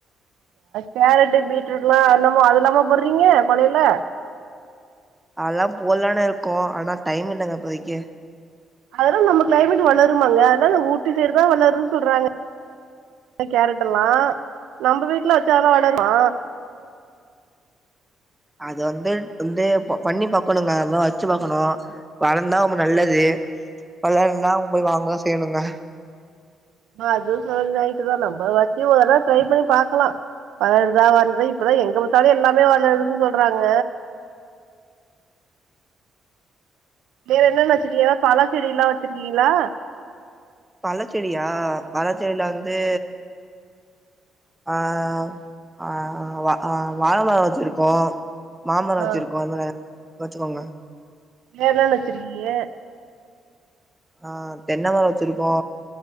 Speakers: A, on the right (about 80°); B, in the centre.
A: கேரட்டு பீட்ரூட்டு லா இன்னமு அதுலாமா போடுறீங்க கொல்லைல
B: அதல்லா போட்லானு இருக்கோ ஆனா டைம் இல்லங்க இப்போதைக்கு
A: அதெல்லா நம்ம கிளைமேட்டுக் வளருமாங்க அதனா ஊட்டி சைடு தா வளரும்னு சொல்றாங்க கேரட் எல்லா நம்ப வீட்ல வச்சா அதுலா வளருமா
B: அது வந்து வந்து பண்ணி பாக்கணுங்க எல்லா வெச்சு பாக்கணு வளந்தா நல்லது வளலனா போய் வாங்கதா செய்யணுங்க
A: அதுவு சொல் நைட்டுதா நம்ம வெச்சி ஒரு தடவ ட்ரை பண்ணி பாக்கலா வளருதா வருதா இப்பதா எங்க பாத்தாலு எல்லாமே வளருதுன்னு சொல்றாங்க வேற என்னென்ன வெச்சிருக்கிங்க ஏதா பழ செடி எல்லா வெச்சிருக்கிங்களா
B: பழ செடியா பழ செடில வந்து ஆ ஆ வா வாழமர வெச்சிருக்கோ மாமர
A: ஆ
B: வெச்சிருக்கோ அதுல வெச்சுக்கோங்க
A: வேறென்ன வெச்சிருக்கிங்க
B: ஆ தென்னைமர வெச்சுருக்கோ